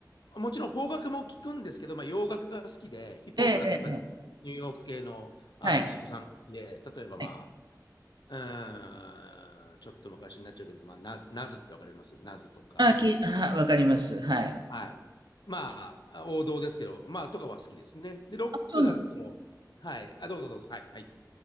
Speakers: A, on the left (about 80°); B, on the right (about 75°).
A: もちろん邦楽も聞くんですけど、まあ、洋楽が好きで、ヒップホップだとやっぱりニューヨーク系のアーティストさんが好きで、
B: ええ、ええはい。
A: 例えばま
B: はい
A: あ、うーん、ちょっと昔になっちゃうけど、まあ、な、ナズってわかりますナズとか、
B: ああ、き、は、わかります。はい。
A: はい。まあ、王道ですけど、まあ、とかは好きですね。で、ロックだと、
B: あ、そうなん
A: はい、あ、どうぞどうぞ、はい、はい。